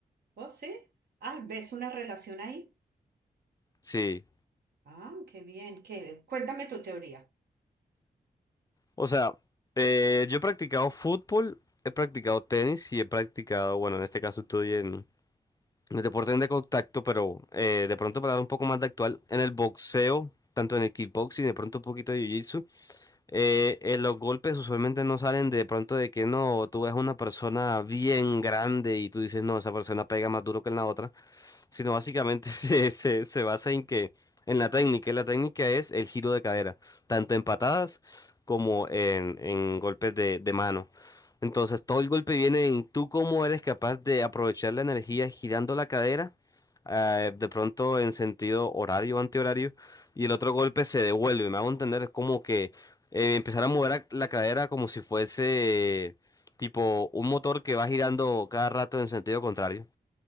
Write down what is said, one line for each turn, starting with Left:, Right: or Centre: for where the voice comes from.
Right: ¿Oh, sí? Ah, ¿ves una relación ahí?
Left: Sí,
Right: Ah, qué bien, qué... Cuéntame tu teoría.
Left: o sea, eh, yo he practicado fútbol, he practicado tenis y he practicado, bueno, en este caso estoy en, en deportes de contacto, pero eh, de pronto para dar un poco más de actual, en el boxeo, tanto en el kickboxing, de pronto un poquito de jiu-jitsu, eh, eh, los golpes usualmente no salen de pronto de que no, tú ves una persona bien grande y tú dices, no, esa persona pega más duro que en la otra, sino básicamente <laughs> se, se, se basa en que, en la técnica, y la técnica es el giro de cadera, tanto en patadas como en, en golpes de, de mano. Entonces, todo el golpe viene en tú cómo eres capaz de aprovechar la energía girando la cadera, eh, de pronto en sentido horario, o antihorario, y el otro golpe se devuelve. Me hago entender, es como que eh, empezar a mover a- la cadera como si fuese tipo un motor que va girando cada rato en sentido contrario.